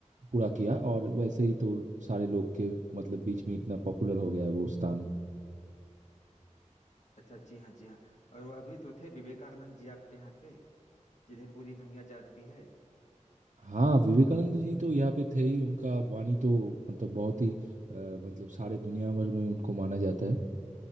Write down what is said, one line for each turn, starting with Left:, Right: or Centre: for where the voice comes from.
Right: पूरा किया और वैसे ही तो सारे लोग के मतलब बीच में इतना पॉपुलर हो गया है वो स्थान
Left: अच्छा जी हाँ जी हाँ और वह भी तो थे विवेकानंद जी आप यहाँ के जिन्हें पूरी दुनिया जानती है
Right: हाँ विवेकानंद जी तो यहाँ पे थे ही उनका वाणी तो मतलब बहुत ही अ, मतलब सारे दुनिया भर में उनको माना जाता है